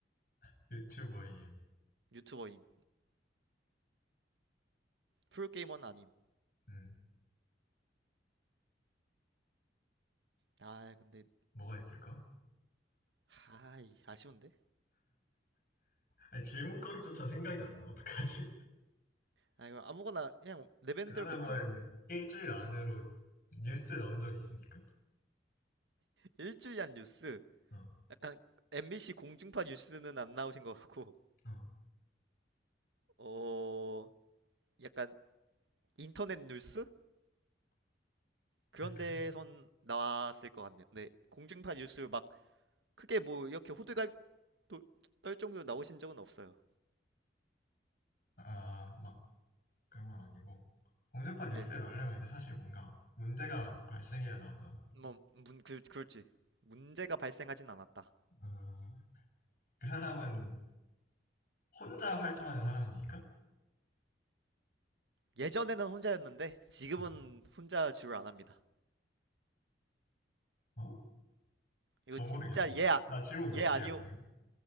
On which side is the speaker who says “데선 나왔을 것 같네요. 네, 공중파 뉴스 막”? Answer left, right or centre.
Right